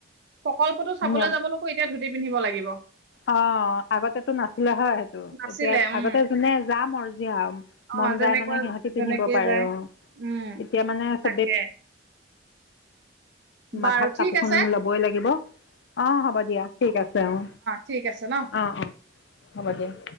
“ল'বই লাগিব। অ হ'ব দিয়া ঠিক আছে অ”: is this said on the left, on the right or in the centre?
Left